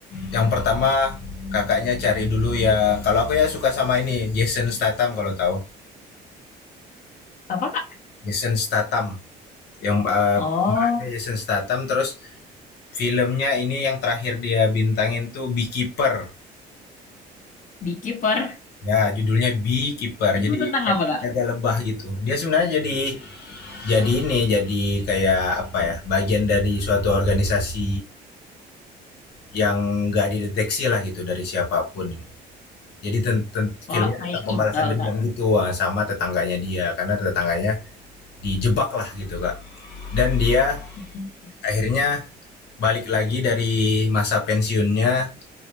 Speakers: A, on the left; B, on the left.
A: yang pertama kakaknya cari dulu ya. Kalau aku ya suka sama ini Jason Statham kalau tahu.
B: Apa kak?
A: Jason Statham yang eh,
B: Oh,
A: pemerannya Jason Statham terus filmnya ini yang terakhir dia bintangin tuh Beekeeper.
B: Beekeeper.
A: Ya, judulnya Beekeeper.
B: Itu
A: Jadi
B: tentang
A: kayak
B: apa kak?
A: jaga lebah gitu. Dia sebenarnya jadi jadi ini jadi kayak apa ya? bagian dari suatu organisasi yang nggak dideteksi lah gitu dari siapapun gitu. Jadi ten ten filmnya
B: Oh, kayak
A: tentang pembalasan
B: intel
A: dendam
B: kak?
A: gitu, wah, sama tetangganya dia karena tetangganya dijebak lah gitu, Kak. Dan dia
B: Mhm.
A: akhirnya balik lagi dari masa pensiunnya